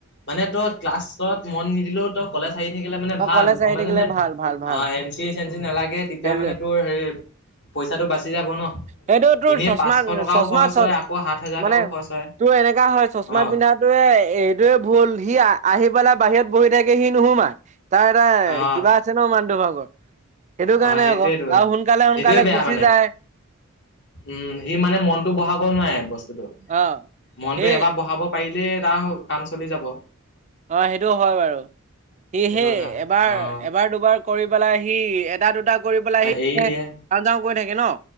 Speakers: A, on the left; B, on the right.
A: মানে, তই ক্লাছত মন নিদিলেও কলেজ আহি থাকিলে মানে
B: অ',
A: ভাল,
B: কলেজ
A: গম
B: আহি
A: পাইছ
B: থাকিলে
A: নে,
B: ভাল, ভাল, ভাল
A: অ', এণ চি-চেন চি নালাগে তেতিয়া
B: সেইটোৱে।
A: মানে তোৰ তোৰ হেৰি পইচাটো বাচি যাব ন'
B: সেইটো তোৰ
A: এনেই
B: চচমা,
A: পাঁচশ টকাও
B: চচমা
A: খৰচ
B: চ
A: হয় আকৌ সাত হাজাৰ
B: মানে,
A: টকাও খৰচ হয়
B: তোৰ এনেকা হয় চচমা
A: অ
B: পিন্ধাত তোৰ সেই এইতোৱে ভুল, সি আহি পেলাই বাহিৰত বহি থাকে সি নুসুমাই তাৰ এটা
A: অ
B: কিবা আছে ন', মানুহটোৰ ভাগৰ সেইটো কাৰণে
A: অ সেইটোৱেতো
B: আকৌ, আৰু সোনকালে, সোনকালে
A: সেইটোৱে বেয়া
B: গুচি
A: মানে
B: যায়।
A: উম, সি মানে মনটো বহাব নোৱাৰে, বস্তুটো
B: অ'।
A: মনটো
B: সেই
A: এবাৰ বহাব পাৰিলেই তাৰ কাম চলি যাব।
B: অ', সেইটো হয় বাৰু,
A: সেইটো
B: সি সেই
A: কথা
B: এবাৰ,
A: অ অ
B: এবাৰ দুবাৰ কৰি পেলাই সি, এটা, দুটা কৰি পেলাই সি
A: এৰি
B: যাওঁ,
A: দিয়ে
B: যাওঁ কৰি থাকে ন'।